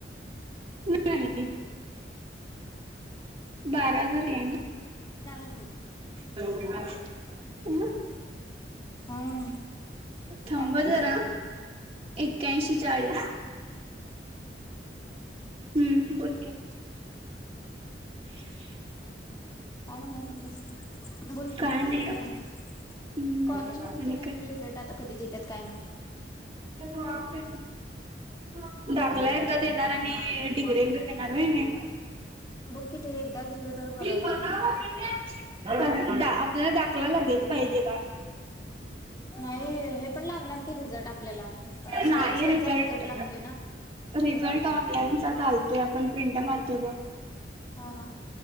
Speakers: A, on the right (about 35°); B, on the left (about 25°).
A: नाही बारा हजार आहे ना
B: दऊ
A: च ह
B: हम्म
A: थांबाजार
B: काय म्हणलीस
A: एक्याऐंशी चाळीस हम्म ओके ह
B: काय म्हणायगस बोल कि
A: काय नाही
B: यथे राहात
A: हम्म
B: कॉलेजमध्ये
A: आणि
B: ते नन
A: काय
B: रिझल्ट आता कधी देतात कायम
A: त दाखला एकदा दे येणार आणि डिग्री एक येणार आहे नाही
B: बघ कि ते एकदाच दिलं तर बरं होईल
A: ब म
B: ना
A: कार आपल्याला दाखवला लागेलच पाहिजे बाळ
B: नाही हे पण लागणार की रिझल्ट आपल्याला आता सगळ्या
A: नाही
B: सेमचा
A: रिझल्ट
B: लागतोय ना
A: रिझल्ट ऑनलाईन चा घालतोय आपण प्रिंट मारक व
B: हा हा